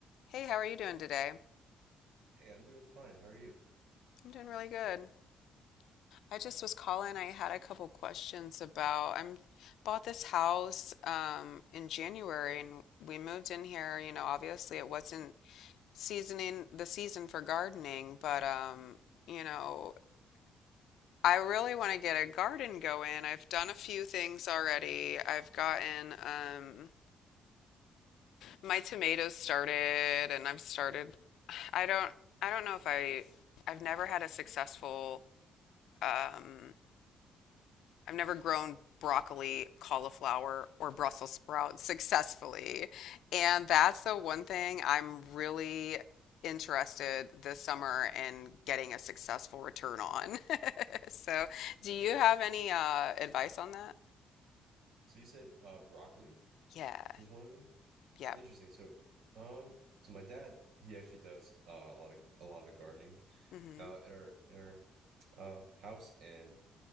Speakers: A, on the left; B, on the right.
A: Hey, how are you doing today?
B: Hey, I'm doing fine. How are you?
A: I'm doing really good. I just was calling. I had a couple questions about I'm bought this house um in January and we moved in here, you know, obviously it wasn't seasoning the season for gardening, but um, you know, I really want to get a garden going. I've done a few things already. I've gotten um my tomatoes started and I've started I don't I don't know if I I've never had a successful um I've never grown broccoli, cauliflower, or Brussels sprouts successfully. And that's the one thing I'm really interested this summer in getting a successful return on. <laughs> So, do
B: Okay.
A: you have any uh, advice on that?
B: So you said uh broccoli
A: Yeah.
B: is one of them?
A: Yep.
B: Interesting. So um so my dad, he actually does uh, a lot of a lot of the gardening
A: Mm-hmm.
B: uh in our in our uh house and